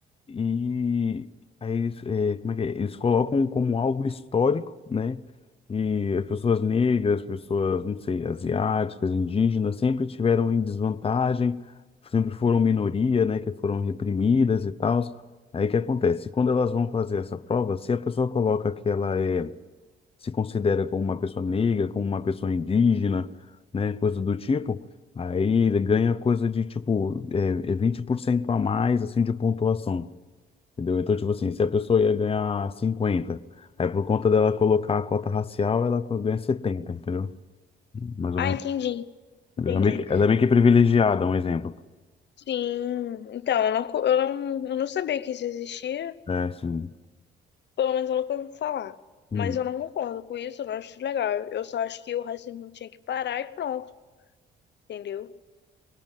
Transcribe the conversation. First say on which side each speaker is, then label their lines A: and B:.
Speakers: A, on the left; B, on the left.
A: e aí eles, é, como é que é? Eles colocam como algo histórico, né? Que as pessoas negras, pessoas, não sei, asiáticas, indígenas, sempre tiveram em desvantagem, sempre foram minoria, né? Que foram reprimidas e tal. Aí o que acontece? Quando elas vão fazer essa prova, se a pessoa coloca que ela é, se considera como uma pessoa negra, como uma pessoa indígena, né? Coisa do tipo. Aí ele ganha coisa de tipo é, por cento a mais assim de pontuação. Entendeu? Então, tipo assim, se a pessoa ia ganhar cinquenta aí por conta dela colocar a cota racial, ela co- ganha setenta entendeu? Mais ou
B: Ah,
A: menos.
B: entendi, entendi.
A: Entendeu? Ela é meio que ela é meio que privilegiada, um exemplo.
B: Sim, então, eu não, co- eu não, eu não sabia que isso existia,
A: É, sim
B: pelo menos eu nunca ouvi falar.
A: Hum.
B: Mas eu não concordo com isso, eu não acho legal. Eu só acho que o racismo tinha que parar e pronto, entendeu?